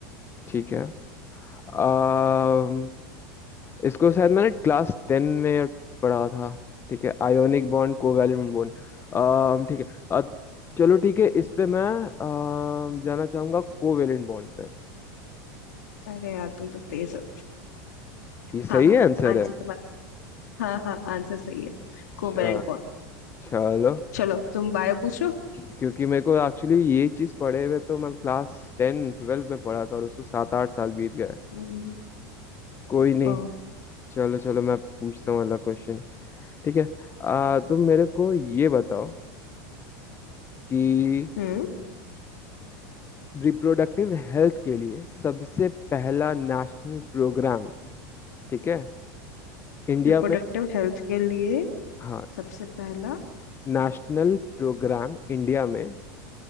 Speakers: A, on the left; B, on the left.
A: ठीक है आ, इसको शायद मैंने क्लास टेन में पढ़ा था ठीक है ionic bond covalent bond um, ठीक है अ, चलो ठीक है इस पे मैं अम, जाना चाहूंगा कोवैलेंट बॉन्ड पे
B: अरे यार तुम तो तेज हो
A: ये सही
B: हाँ
A: है आंसर
B: आंसर
A: है
B: तुम्हारा हाँ हाँ आंसर सही है Covalent
A: चल
B: bond
A: चलो
B: चलो तुम बायो पूछो
A: क्यो- क्योंकि मेरे को एक्चुअली ये चीज पढ़े हुए तो मैं क्लास टेन ट्वेल्व में पढ़ा था और उसको सात आठ साल बीत गए
B: हम्म,
A: कोई नहीं
B: ओ
A: चलो चलो मैं पूछता हूँ अगला क्वेश्चन ठीक है आ, तुम मेरे को ये बताओ कि
B: हम्म
A: रिप्रोडक्टिव हेल्थ के लिए सबसे पहला नेशनल प्रोग्राम ठीक है इंडिया
B: रिप्रोडक्टिव
A: में
B: हेल्थ के लिए
A: हाँ
B: सबसे पहला
A: नेशनल प्रोग्राम इंडिया में